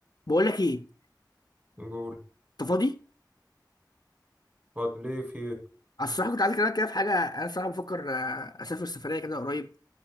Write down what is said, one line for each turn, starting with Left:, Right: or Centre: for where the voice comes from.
Left: بقول لك ايه
Right: نقول
Left: انت فاضي
Right: فاض- ليه في
Left: انا الصراحه كنت عايز اكلمك كده في حاجه انا الصراحه بفكر آه، اسافر سفريه كده قريب